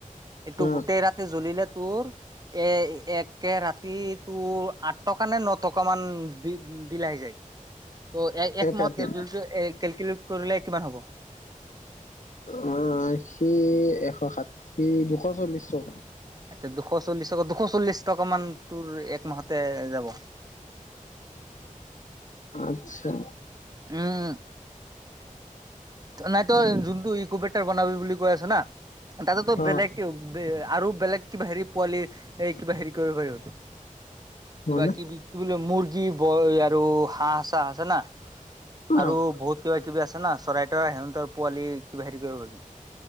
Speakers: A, on the right (about 30°); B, on the left (about 65°).
A: এইটো
B: অ
A: গোটেই ৰাতি জ্বলিলে তোৰ এ এক ৰাতি তোৰ আঠ টকা নে ন টকা মান বি বিলাহি যায় ত একমাহত
B: এক ৰাতি
A: কেলকুলেট কৰিলে কিমান হ'ব
B: অ আশী এশ ষাঠি দুশ চল্লিশ টকা
A: আচ্ছা দুশ চল্লিশ দুশ চল্লিশ টকা মান তোৰ একমাহতে যাব
B: আত্ছা
A: আহ নাই তো যোনটো ইকবেটাৰ বনাবি বুলি কৈ আছে না তাতেতো বেলেগ
B: অ
A: আৰু বেলেগ কিবা হেৰি পোৱালি এই কিবা হেৰি কৰিব কৰিব কিবা
B: হয়নে
A: কি কি বুলি মৰ্গ কি বয় আৰু হাঁহ চাহ আছে না
B: অ
A: আৰু বহুত কিবা কিবি আছে ন চৰাই তৰাই সিহঁতৰ পোৱালি কিবা হেৰি কৰিব পাৰি।